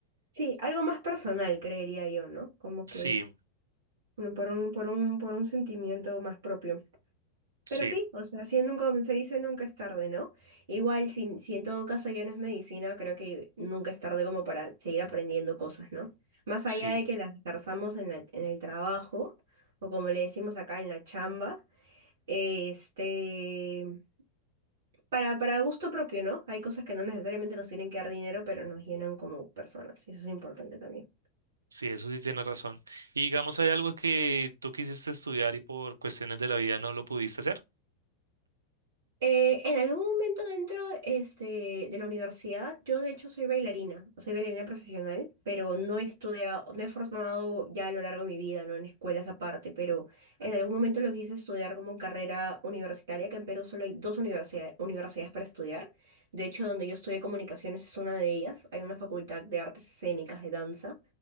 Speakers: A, on the right (about 55°); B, on the right (about 75°).
A: Sí, algo más personal, creería yo, ¿no? Como
B: Sí.
A: que bueno, por un, por un, por un sentimiento más propio.
B: Sí,
A: Pero sí, o sea, si nunca, se dice nunca es tarde, ¿no? Igual, si, si en todo caso ya no es medicina, creo que nunca es tarde como para seguir aprendiendo cosas, ¿no? Más
B: sí,
A: allá de que las ejerzamos en la- en el trabajo, o como le decimos acá en la chamba, este, para, para gusto propio, ¿no? Hay cosas que no necesariamente nos tienen que dar dinero, pero nos llenan como personas, y eso es importante también.
B: sí, eso sí tiene razón. Y digamos, ¿hay algo que tú quisiste estudiar y por cuestiones de la vida no lo pudiste hacer?
A: Eh, en algún momento dentro este, de la universidad, yo de hecho soy bailarina, soy bailarina profesional, pero no he estudiado, me he formado ya a lo largo de mi vida, ¿no? En escuelas aparte, pero en algún momento lo quise estudiar como carrera universitaria, que en Perú solo hay dos universidades, universidades para estudiar. De hecho, donde yo estudié comunicaciones es una de ellas, hay una facultad de artes escénicas, de danza.